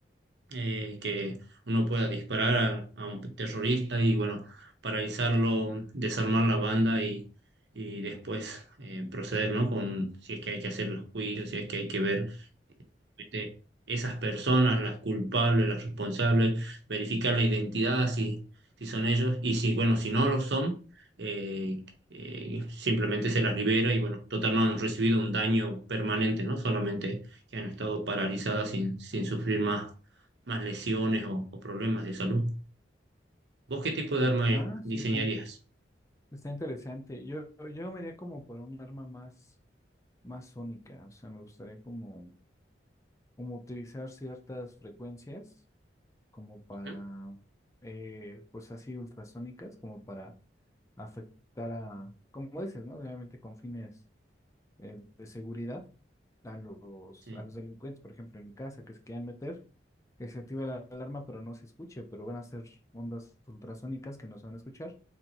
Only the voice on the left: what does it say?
Ah,
sí está, está interesante. Yo, yo me iría como por un arma más, más sónica. O sea, me gustaría como, como utilizar ciertas frecuencias. como para,
eh, pues así ultrasónicas, como para afectar a, como dices, ¿no? Obviamente con fines eh, de seguridad a los,
a los delincuentes, por ejemplo, en mi casa, que se quieran meter, que se active la alarma, pero no se escuche, pero van a ser ondas ultrasónicas que no se van a escuchar